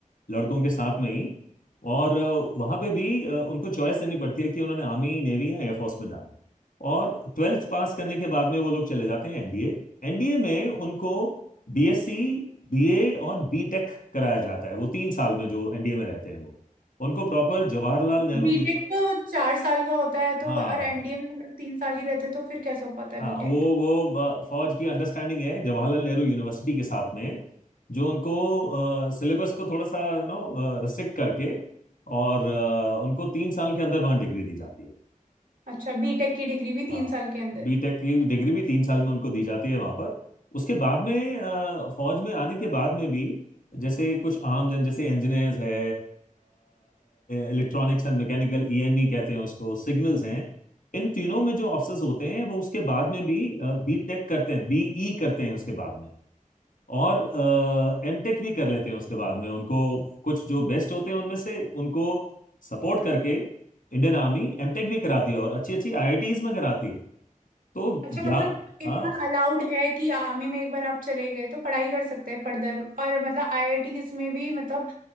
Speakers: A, on the left; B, on the right.
A: लड़कों के साथ में ही और वहां पे भी अ, उनको चॉइस देनी पड़ती है कि उन्होंने आर्मी नेवी या एयरफोर्स में जाना है और ट्वेल्थ पास करने के बाद में वो लोग चले जाते हैं एनडीए एनडीए में उनको बीएससी बीए और बीटेक कराया जाता है वो तीन साल में जो एनडीए में रहते हैं वो उनको प्रॉपर जवाहरलाल नेहरू
B: बीटेक
A: यूनिवर्सिटी
B: तो चार साल का होता है तो
A: हाँ
B: और एनडीए में हम लोग तीन साल ही रहते तो फिर कैसे हो पाता है
A: हाँ
B: बीटेक
A: वो वो अ, फौज की अंडरस्टैंडिंग है जवाहरलाल नेहरू यूनिवर्सिटी के साथ में जो उनको सिलेबस को थोड़ा सा यू नो रिस्ट्रिक्ट करके और अ, उनको तीन साल के अंदर वहाँ डिग्री दी जाती है
B: अच्छा बीटेक की डिग्री भी
A: हाँ
B: तीन साल के अंदर
A: बीटेक की
B: ठीक
A: डिग्री भी तीन साल में उनको दी जाती है वहां पर उसके बाद में अ, फौज में आने के बाद में भी जैसे कुछ आम जन जैसे इंजीनियर्स है इलेक्ट्रॉनिक्स एंड मैकेनिकल ईएमई कहते हैं उसको सिग्नल्स हैं इन तीनों में जो ऑफिसर्स होते हैं वो उसके बाद में भी बीटेक करते हैं बीई करते हैं उसके बाद में और एमटेक भी कर लेते हैं उसके बाद में उनको कुछ जो बेस्ट होते हैं उनमें से उनको सपोर्ट करके इंडियन आर्मी एमटेक भी कराती है और अच्छी अच्छी आईआईटीज में कराती है तो
B: अच्छा
A: ज्ञान
B: मतलब इतना
A: हाँ
B: अलाउड है कि आर्मी में एक बार आप चले गए तो पढ़ाई कर सकते हैं फर्दर और मतलब आईआईटीज में भी मतलब